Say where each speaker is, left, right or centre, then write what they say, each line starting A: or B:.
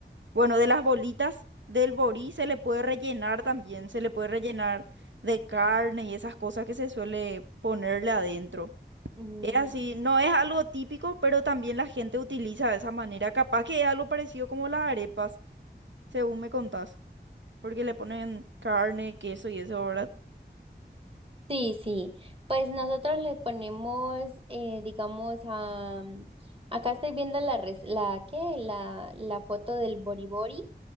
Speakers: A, on the right; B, on the right.
A: Bueno, de las bolitas del borí se le puede rellenar también, se le puede rellenar de carne y esas cosas que se suele ponerle adentro.
B: Mm,
A: Es así, no es algo típico, pero también la gente utiliza de esa manera. Capaz que es algo parecido como las arepas, según me contás, porque le ponen carne, queso y eso, ¿verdad?
B: Sí, sí. Pues nosotros le ponemos, eh, digamos, a... Acá estoy viendo la, res- la, ¿qué? La, la foto del boribori